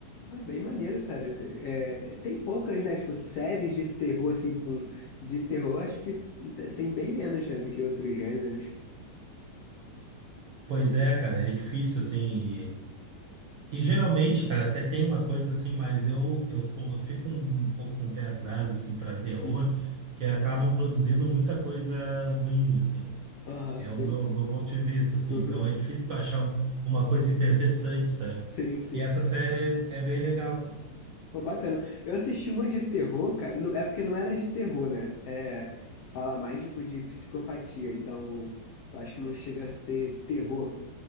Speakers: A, on the left; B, on the right.
A: É bem maneiro, cara. Esse- é, tem poucas, né? Tipo, séries de terror, assim, com... De terror, acho que te- tem bem menos, né? Do que outros gêneros.
B: Pois é, cara, é difícil, assim, e, e geralmente, cara, até tem umas coisas assim, mas eu eu sou, eu fico um, um pouco com o pé atrás, assim, para terror,
A: Uhum.
B: que acabam produzindo muita coisa ruim, assim.
A: Aham,
B: É
A: sim.
B: o meu, meu ponto de vista, assim.
A: <laughs>
B: Então é difícil tu achar um- uma coisa <laughs> interessante, sabe?
A: Sim, sim.
B: E essa série é, é bem legal, cara.
A: Pô, bacana. Eu assisti uma de terror, cara. não- É porque não era de terror, né? É... Fala mais, tipo, de psicopatia. Então, eu acho que não chega a ser terror.